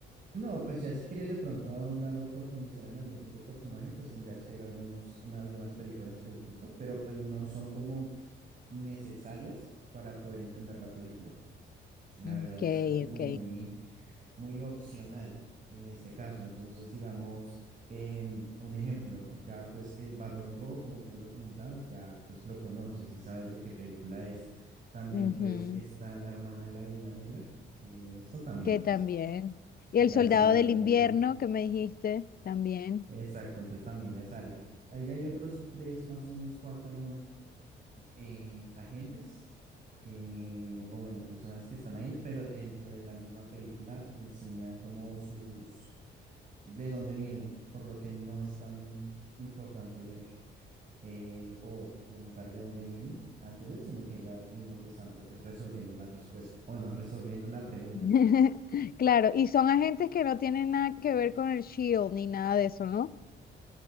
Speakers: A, on the right (about 40°); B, on the left (about 50°).
A: no, pues ya si quieres de pronto ahondar o profundizar en algún tipo de personaje, pues tendrías que ver algunos, una- algunas películas en específico, pero pues no son como necesarias para poder entender la película. La verdad
B: Ok,
A: es algo como
B: ok.
A: muy muy opcional en este caso. Entonces, digamos, em, un ejemplo, ya pues el Barón Rojo, como tú lo comentabas, ya pues lo conoces y sabes de qué película es. También
B: Ujú.
A: pues está La Hermana de la Vida Negra, que esto también
B: Que
A: pues
B: también. Y
A: ya
B: El Soldado
A: sabes
B: del
A: de dónde
B: Invierno
A: viene.
B: que me dijiste, también.
A: Exacto, entonces también ya sale. Ahí hay otros tres, más o menos cuatro eh, agentes que, o bueno, personas que están ahí, pero dentro de la misma película enseñan como sus de dónde vienen, por lo que no es tan importante ver eh, o preguntar de dónde vienen antes de, sino que ya mismo te están re- es resolviendo la respuesta, o bueno, resolviendo la pregunta
B: <laughs>
A: es que es.
B: Claro, y son agentes que no tienen nada que ver con el Shield ni nada de eso, ¿no?